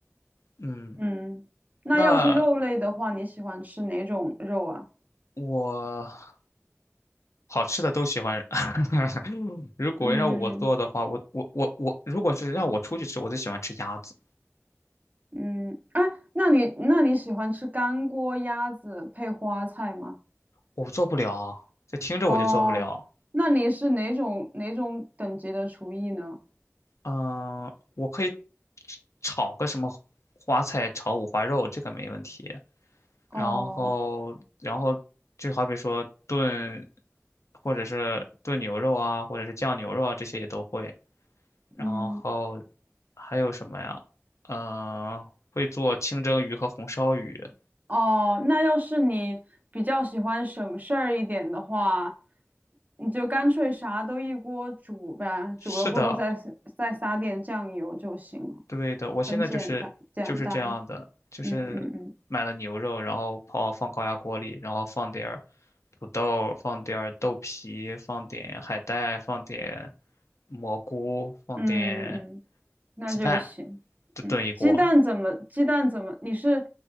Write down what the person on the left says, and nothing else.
嗯，
那
我好吃的都喜欢。<laughs> 如果让我做的话，
我我我我，如果是让我出去吃，我最喜欢吃鸭子，
我做不了，这听着我就做不了。
嗯、我可以炒个什么花菜炒五花肉，这个没问题。然后然后就好比说炖，
或者是炖牛肉啊，或者是酱牛肉啊，这些也都会。然后
还有什么呀？嗯、会做清蒸鱼和红烧鱼。
是的，
对的，我现在就是就是这样的，
就是买了牛肉，
然后泡放高压锅里，然后放点儿土豆，放点儿豆皮，放点海带，放点蘑菇，放点
鸡蛋，就炖一锅。